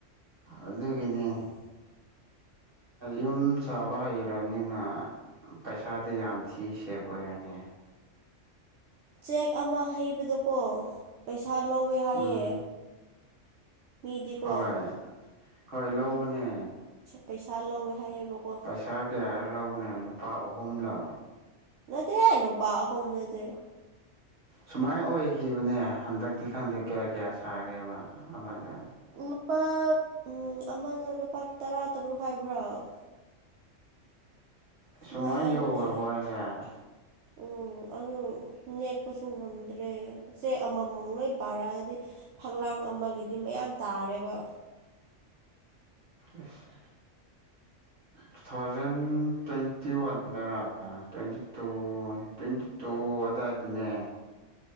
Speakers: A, on the right; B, on the right.
A: ꯑꯗꯨꯒꯤꯅꯦ
B: <inaudible>
A: ꯌꯨꯝ ꯁꯥꯕ ꯍꯩꯔꯕꯅꯤꯅ ꯄꯩꯁꯥꯗꯤ ꯌꯥꯝ ꯊꯤ ꯁꯦꯞ ꯑꯣꯏꯔꯅꯤ
B: ꯆꯦꯛ ꯑꯃ ꯍꯩꯕꯗꯣꯀꯣ ꯄꯩꯁꯥ ꯂꯧꯋꯦ ꯍꯥꯏꯌꯦ
A: ꯎꯝ
B: ꯃꯤꯗꯤꯄꯣ
A: ꯍꯣꯏ ꯍꯣꯏ ꯂꯧꯕꯅꯦ
B: ꯄꯩꯁꯥ ꯂꯧꯋꯦ ꯍꯥꯏꯌꯦꯕꯀꯣ
A: ꯄꯩꯁꯥ ꯀꯌꯥꯔ ꯂꯧꯕꯅꯦ ꯂꯨꯄꯥ ꯑꯍꯨꯝ ꯍꯨꯝꯂ
B: ꯅꯠꯇꯦꯍꯦ ꯂꯨꯄꯥ ꯑꯍꯨꯝꯗꯨꯗꯤ
A: ꯁꯨꯃꯥꯏꯅ ꯑꯣꯏꯈꯤꯕꯅꯦ ꯍꯟꯗꯛꯇꯤ ꯈꯪꯗꯦ ꯀꯌꯥ ꯀꯌꯥ ꯁꯥꯒꯦꯕ ꯑꯃꯗ
B: ꯂꯨꯄꯥ ꯎꯝ ꯑꯃꯅ ꯂꯨꯄꯥ ꯇꯔꯥ ꯇꯔꯨꯛ ꯍꯥꯏꯕ꯭ꯔꯥ
A: ꯁꯨꯃꯥꯏꯅ
B: ꯁꯨꯃꯥꯏ ꯍꯥꯏꯕꯅꯦ
A: ꯌꯧꯈ꯭ꯔꯕꯣ ꯍꯥꯏꯁꯦ
B: ꯎꯝ ꯑꯗꯨ ꯅꯦꯛꯄꯁꯨ ꯉꯝꯗ꯭ꯔꯦ ꯆꯦ ꯑꯃ ꯃꯝ ꯂꯣꯏ ꯄꯥꯔꯛꯑꯗꯤ ꯐꯛꯂꯥꯡ ꯑꯃꯒꯤꯗꯤ ꯃꯌꯥꯝ ꯇꯥꯔꯦꯕ
A: ꯑꯁ ꯇꯨ ꯊꯥꯎꯖꯟ ꯇ꯭ꯋꯦꯟꯇꯤ ꯋꯥꯟꯗ ꯔ ꯇ꯭ꯋꯦꯟꯇꯤ ꯇꯨ ꯇ꯭ꯋꯦꯟꯇꯤ ꯇꯨ ꯑꯗꯥꯏꯗꯅꯦ